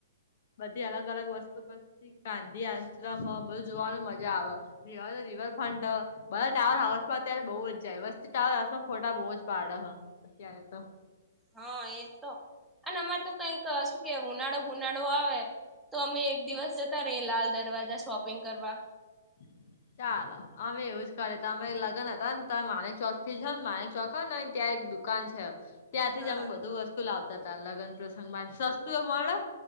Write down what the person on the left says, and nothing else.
બધી અલગ અલગ વસ્તુ પછી ગાંધી આન્સ્ટ હો બધુ જોવાનું મજા આવે રવા રિવરફ્રન્ટ બરા ટાવર હાઉસમાં અત્યારે બઉુ જ જાય વસ્તી ટાવર હાઉમાં ખોટા બહુ જ પાડ હ અત્યારે તો
હ ચાલો અમે એવું જ કરી અમે લગ્ન હતા ને તમે માનેક ચોક થી જ ને માનેક ચોક ત્યાં એક દુ દુકાન છે, ત્યાંથી
જ અમે બધું વસ્તુ લાવતા હતા લગ્ન પ્રસંગમાં સસ્તું મળે